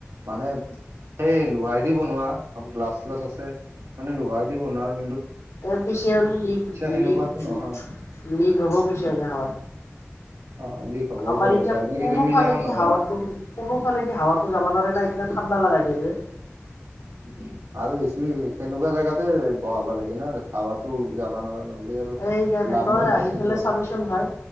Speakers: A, on the right (about 85°); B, on the left (about 80°).
A: মানে এই লোহাৰ দি বনোৱা হয়। অ প্লাছ চ্লাছ আছে। মানে লোহাৰ দি বনোৱা হয়।
B: এ পিছে <unintelligible>
A: সেনেকুৱাতো নহয়
B: হ'ব পিছে এ হ
A: অ লিক হ'ব
B: আমাৰ
A: পাৰে
B: এতিয়া
A: ডাইৰেক্ট
B: কোনোফালেদি
A: এলুমিনিয়ামৰ নহয়
B: হাৱাটো, কোনোফালেদি হাৱাটো যাব নোৱাৰে। নাই মানে ঠাণ্ডা লাগাই দিবে,
A: উ আৰু এচি সেনেকুৱা জেগাতে বহাব লাগে না, হাৱাটো যাব নোৱাৰা নহ'লে আৰু
B: সেইকাৰণে
A: লাভ
B: তই
A: নাই না
B: আহি
A: এচিটো
B: পেলাই
A: লগাই
B: চাবিচোন ভাই,